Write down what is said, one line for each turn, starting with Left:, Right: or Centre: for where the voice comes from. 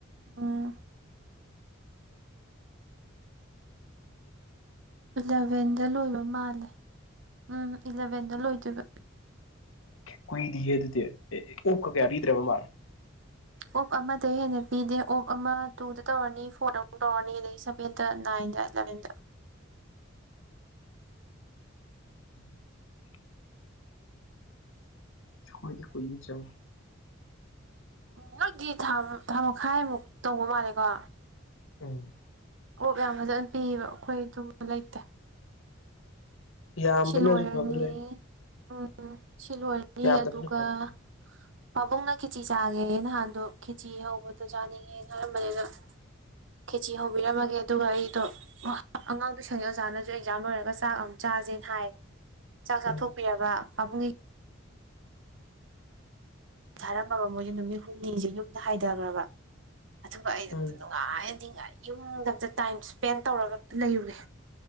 Right: ꯎꯝ ꯏꯂꯚꯦꯟꯗ ꯂꯣꯏꯕ ꯃꯥꯜꯂꯦ ꯎꯝ ꯏꯂꯚꯦꯟꯗ ꯂꯣꯏꯗꯣꯏꯕ
Left: ꯀꯨꯏꯗꯦꯍꯦ ꯑꯗꯨꯗꯤ ꯑꯣꯐ ꯀ ꯀꯌꯥ ꯄꯤꯗ꯭ꯔꯕ ꯃꯥꯜꯂꯦ
Right: ꯑꯣꯞ ꯑꯃꯗꯩ ꯍꯦꯟꯅ ꯄꯤꯗꯦ ꯑꯣꯐ ꯑꯃ ꯇꯨꯗ ꯇꯧꯔꯅꯤ ꯐꯣꯔꯗ ꯑꯃꯨꯛ ꯇꯧꯔꯅꯤ ꯑꯗꯩ ꯁꯚꯦꯟꯗ ꯅꯥꯏꯟ <unintelligible>
Left: <inaudible> ꯑꯈꯣꯏꯗꯤ ꯀꯨꯞꯃꯨꯛ ꯆꯪꯉꯦ
Right: ꯎꯝ ꯅꯣꯏꯗꯤ ꯊꯥ ꯊꯥ ꯃꯈꯥꯏꯃꯨꯛ ꯇꯧꯕ ꯃꯥꯜꯂꯦꯀꯣ
Left: ꯎꯝ
Right: ꯑꯣꯕ ꯌꯥꯝ ꯐꯖꯅ ꯄꯤꯌꯦꯕ ꯑꯩꯈꯣꯏ ꯑꯗꯨꯝꯕ ꯂꯩꯇꯦ
Left: ꯌꯥꯝꯕꯅꯁꯨ
Right: ꯁꯤ ꯂꯣꯏꯔꯅꯤ
Left: ꯐꯕ ꯂꯩ
Right: ꯎꯝ ꯁꯤ ꯂꯣꯏꯔꯅꯤ
Left: ꯌꯥꯝꯗꯕꯅ
Right: ꯑꯗꯨꯒ
Left: ꯐꯕ ꯂꯩ
Right: ꯄꯥꯕꯨꯡꯅ ꯈꯦꯆꯤ ꯆꯥꯒꯦ ꯅꯍꯥꯟꯗꯣ ꯈꯦꯆꯤ ꯍꯧꯕꯗꯣ ꯆꯥꯅꯤꯡꯉꯦꯅ ꯍꯥꯏꯔꯝꯕꯅꯦ ꯗꯣ ꯈꯦꯆꯤ ꯍꯧꯕꯤꯔꯝꯃꯒꯦ ꯑꯗꯨꯒ ꯑꯩꯗꯣ ꯑꯉꯥꯡ ꯇꯨꯏꯁꯟ ꯑꯣꯖꯥꯅꯁꯨ ꯑꯦꯛꯖꯥꯝ ꯂꯣꯏꯔꯒ ꯆꯥꯛ ꯑꯃꯨꯛ ꯆꯥꯁꯦ ꯍꯥꯏ ꯆꯥꯛ ꯆꯥꯊꯣꯛꯄꯤꯔꯕ
Left: ꯎꯝ
Right: ꯄꯥꯕꯨꯡꯒꯤ ꯊꯥꯔꯝꯃꯕ ꯃꯣꯏꯖꯦ ꯅꯨꯃꯤꯠ ꯍꯨꯝꯅꯤꯁꯦ ꯌꯨꯝꯗ ꯍꯥꯏꯊꯈ꯭ꯔꯕ ꯑꯗꯨꯒ ꯑꯩꯩꯗꯣ
Left: ꯎꯝ
Right: ꯅꯨꯡꯉꯥꯏ ꯗꯤꯡꯒꯔꯒꯤ ꯃꯑꯣꯡꯗ ꯑꯝꯇ ꯇꯥꯏꯝ ꯁ꯭ꯄꯦꯟ ꯇꯧꯔꯒ ꯑꯝꯇ ꯂꯩꯔꯨꯒꯦ